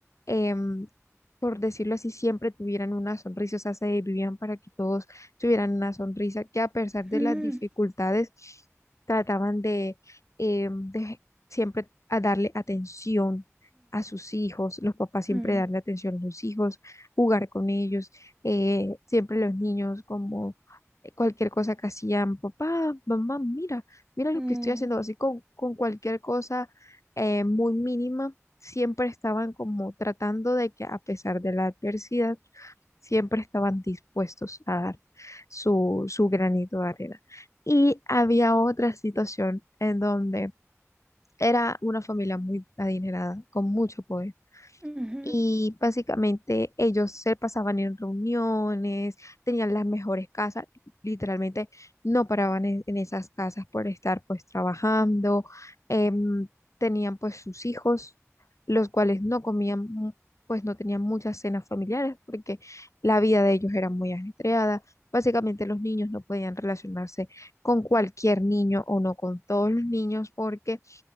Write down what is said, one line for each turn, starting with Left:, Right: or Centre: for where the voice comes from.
Left: em, por decirlo así, siempre tuvieran una sonrisa, o sea, se vivían para que todos tuvieran una sonrisa, que a pesar
Right: ujú,
Left: de las dificultades, trataban de, em, de siempre a darle atención. a sus hijos, los papás siempre
Right: ujú,
Left: darle atención a sus hijos, jugar con ellos, eh, siempre los niños como eh, cualquier cosa que hacían, papá, mamá, mira, mira lo
Right: ujú,
Left: que estoy haciendo, así con, con cualquier cosa eh, muy mínima, siempre estaban como tratando de que a pesar de la adversidad, siempre estaban dispuestos a dar su, su granito de arena. Y había otra situación en donde era una familia muy adinerada, con mucho poder
Right: ujú.
Left: y básicamente ellos se pasaban en reuniones, tenían las mejores casas, literalmente no paraban en, en esas casas por estar pues trabajando, em, tenían pues sus hijos, los cuales no comían, mu- pues no tenían muchas cenas familiares porque la vida de ellos era muy ajetreada. Básicamente los niños no podían relacionarse con cualquier niño o no con todos los niños porque